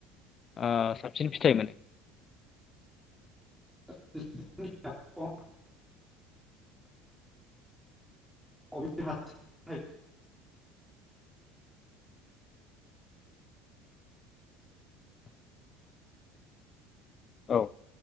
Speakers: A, on the left; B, in the centre.
A: ओ साबसिन फिथाइ मोनो
B: <unintelligible> <unintelligible> ओ जोंनियाव
A: औ